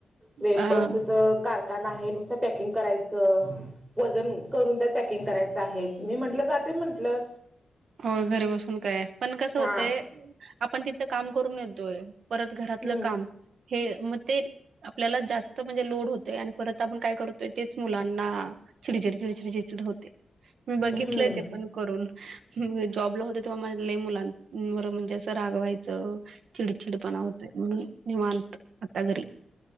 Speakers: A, on the right; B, on the right.
A: वेफर्स
B: हा
A: च कारखाना आहे नुसत पॅकिंग करायचं. वजन करून त्यात पॅकिंग करायचं आहेत. मी म्हंटलं जाते म्हटलं.
B: होय घरी बसून काय? पण कसं
A: हा
B: होतय. आपण तिथं काम करून येतोय. परत घरातलं
A: हम्म
B: काम. हे मग ते आपल्याला जास्त त म्हणजे लोड होतय. आणि परत आपण काय करतोय तेच मुलांना चिडचिडचिड होत. मी बघितलंय
A: हम्म.
B: ते पण करून. जॉबला होते तेव्हा म लय मुलांवर म्हणजे असं रागवायचं चिडचिडपणा होतय. म्हणून निवांत आता घरी.